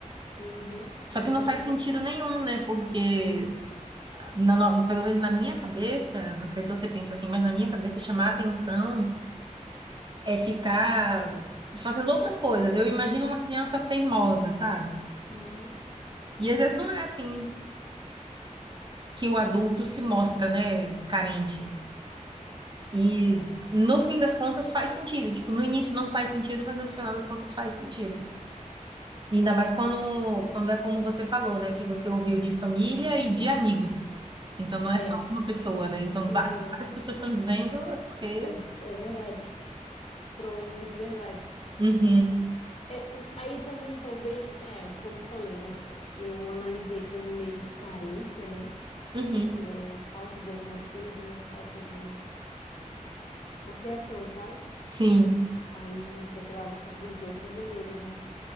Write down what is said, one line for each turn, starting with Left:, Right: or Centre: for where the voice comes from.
Left: Uhum,
Right: Só
Left: exatamente
Right: que não faz sentido
Left: assim.
Right: nenhum, né? Porque, na no- pelo menos na minha cabeça, não sei se você pensa assim, mas na minha cabeça, chamar atenção é ficar fazendo outras coisas. Eu imagino uma criança teimosa, sabe?
Left: Uhum.
Right: E às vezes não é assim que o adulto se mostra, né, carente. E no fim das contas faz sentido. Tipo, no início não faz sentido, mas no final das contas faz sentido. E ainda mais quando, quando é como você falou, né, que você ouviu de família e de amigos. Então não é
Left: É.
Right: só uma pessoa, né? Então
Left: Não,
Right: vá- se várias
Left: é.
Right: pessoas estão dizendo, é porque.
Left: É, é verdade. Provavelmente verdade.
Right: Uhum,
Left: É, aí também, talvez, é, como eu te falei, né? Eu analisei como meio que carência, né?
Right: uhum,
Left: Porque é falta de alguma coisa, né? Falta de. Na criação, sabe?
Right: sim,
Left: Aí procurava suprir de outras maneiras, né?